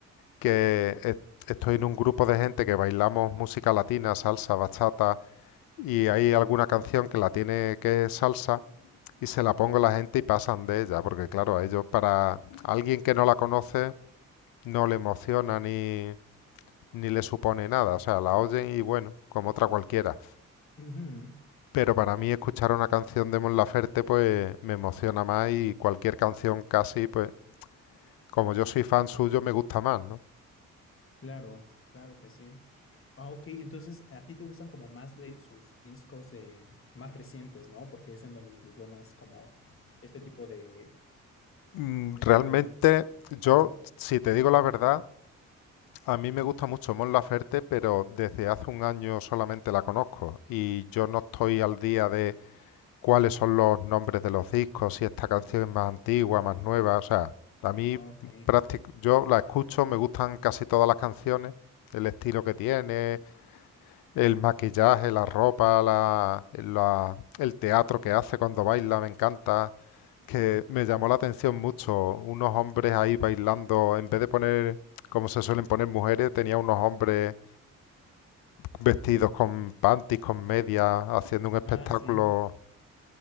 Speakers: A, on the left; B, on the left.
A: que es- estoy en un grupo de gente que bailamos música latina, salsa, bachata y hay alguna canción que la tiene que es salsa y se la pongo a la gente y pasan de ella, porque claro, a ellos para alguien que no la conoce no le emociona ni, ni le supone nada, o sea, la oyen y bueno, como otra cualquiera.
B: Ujú,
A: Pero para mí escuchar una canción de Mon Laferte pues me emociona más y cualquier canción casi pues como yo soy fan suyo me gusta más, ¿no?
B: Claro, claro que sí. Ah, ok, entonces a ti te gustan como más de sus discos de más recientes, ¿no? Porque es en donde incluyó más como este tipo de,
A: Mm,
B: de
A: Realmente
B: tipo de música, como
A: yo,
B: salsa.
A: si te digo la verdad, a mí me gusta mucho Mon Laferte, pero desde hace un año solamente la conozco y yo no estoy al día de cuáles son los nombres de los discos, si esta canción es más antigua, más nueva, o sea, a mí
B: Ok.
A: práctic- yo la escucho, me gustan casi todas las canciones, el estilo que tiene, el maquillaje, la ropa, la, la- el teatro que hace cuando baila, me encanta, que me llamó la atención mucho, unos hombres ahí bailando, en vez de poner, como se suelen poner mujeres, tenía unos hombres vestidos con panties, con medias, haciendo un espectáculo
B: Ah, sí.